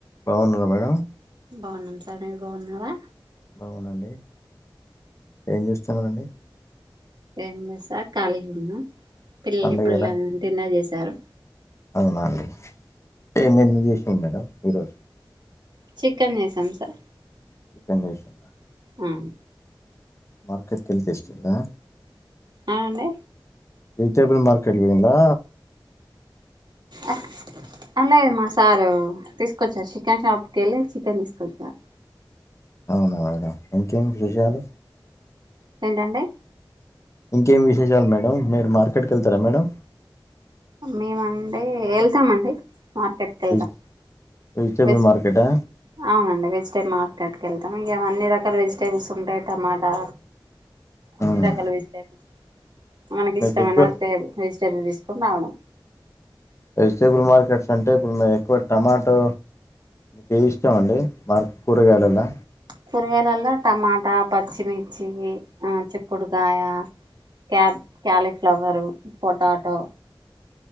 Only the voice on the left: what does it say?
బావున్నారా మేడం
అవునండి ఏం చేస్తున్నారండి
పండుగ
ఎలా
అవునా అండి ఏమేమి చేషినరు మేడం ఈరోజు
చికెన్ చేషిండ
మార్కెట్ కెళ్ళి తెస్తుందా
వెజిటేబుల్ మార్కెట్ కెళ్ళిండా
అవున ఇంకేం విషయాలు
ఇంకేం విశేషాలు మేడం మీరు మార్కెట్కి వెళ్తార మేడం
వెజ్ వెజిటేబుల్
మార్కెటా
ఉమ్.
మీకు ఎక్కువ
వెజిటేబుల్ మార్కెట్స్ అంటే ఇప్పుడు ఎక్కువ టమాటో మీ ఇష్టం అండి మార్కు కూరగాయలలా